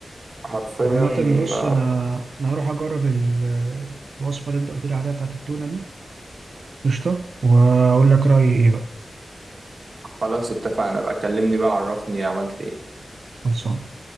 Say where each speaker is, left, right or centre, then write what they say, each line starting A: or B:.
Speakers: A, on the right (about 50°); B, on the right (about 80°).
A: حرفيا
B: عامة بص
A: آه،
B: أنا أنا هروح أجرب ال- الوصفة اللي أنت قلت لي عليها بتاعت التونة دي قشطة وأقول لك رأيي إيه بقى
A: خلاص اتفقنا بقى كلمني بقى عرفني عملت إيه
B: خلصان